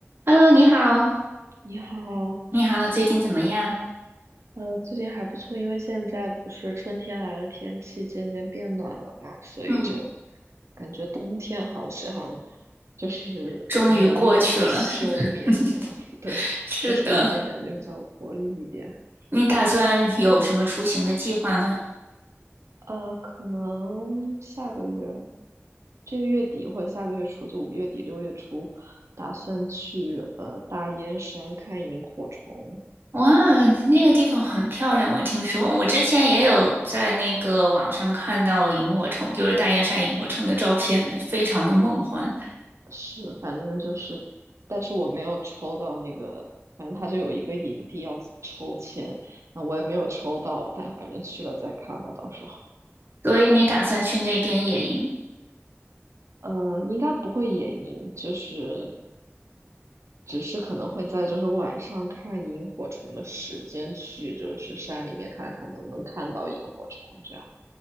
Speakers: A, on the right; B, on the right.
A: Hello，你好，
B: 你好，
A: 你好，最近怎么样？
B: 呃，最近还不错，因为现在不是春天来了，天气渐渐变暖了嘛，所以就
A: 嗯，
B: 感觉冬天好像就是人也会休眠那样，
A: 终于过去了，是吗？<laughs>
B: <laughs> 对，
A: 是的，
B: 那春天感觉比较有活力一点。
A: 你打算有什么出行的计划吗？
B: 呃，可能下个月，这个月底或者下个月初，就五月底六月初，打算去呃大燕山看萤火虫。
A: 哇，那个地方很漂亮，我听说，我之前也有在那个网上看到萤火虫，就是大雁山萤火虫的照片，非常的梦幻。
B: 是，反正就是，但是我没有抽到那个，反正他就有一个营地要抽签，那我也没有抽到，但反正去了再看吧，到时候，
A: 所以你打算去那边野营？
B: 呃，应该不会野营，就是只是可能会在就是晚上看萤火虫的时间去，就是山里面看看能不能看到萤火虫这样。